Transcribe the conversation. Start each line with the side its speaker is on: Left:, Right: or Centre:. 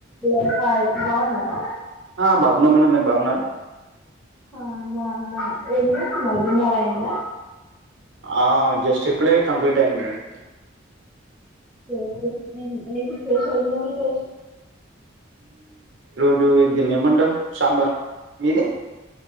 Centre: Hello hi బావున్నారా
Right: ఆ బాగున్నా మేడం మీరు బాగున్నారా
Centre: ఆ బాగున్నా ఏం చేస్తున్నరు డిన్నారైంద
Right: ఆ జస్ట్ ఇప్పుడే కంప్లీట్ అయ్యింది మేడ్
Centre: <unintelligible> ఏంటి స్పెషల్ మరి ఈరోజు
Right: డు దీన్ని ఏమంటరు సాంబార్ మీది